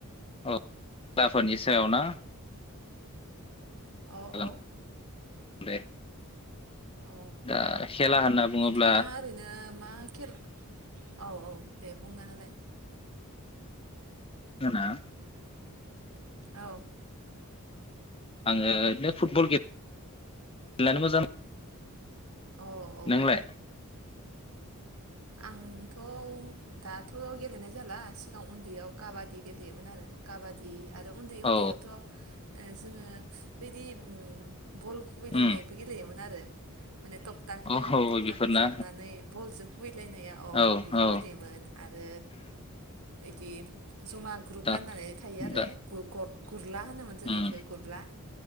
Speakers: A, on the left; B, on the right.
A: औ खेलाफोरनि सायाव ना
B: औ
A: <unintelligible>
B: औ
A: दे
B: औ
A: दा खेला होनना बुङोब्ला
B: नोंथाङा ओरैनो मा खेल औ औ दे बुंना होलाय
A: <unintelligible>
B: औ
A: आङो ओरैनो फुटबल <unintelligible> मोजां
B: औ औ
A: नोंलाय
B: आंथ' दाथ' गेलेनाय जाला सिगां उन्दैयाव काबादि गेलेयोमोन आरो काबादि आरो उन्दै
A: औ
B: उन्दै आवथ' जोङो बिदि ओम बल खुबैलायनायबो
A: उम
B: गेलेयोमोन आरो माने थखथाखो
A: औ औ
B: थखथाखो
A: बेफोरना
B: जाबनानै बल जो खुबैलायनाया अ
A: औ
B: बेखौ
A: औ
B: गेलेयोमोन आरो बिदि जमा ग्रुप
A: दा
B: राननानै थायो आरो
A: दा
B: ग -गुर -गुरला होनोमोन जों
A: उम
B: बेखौ गुरला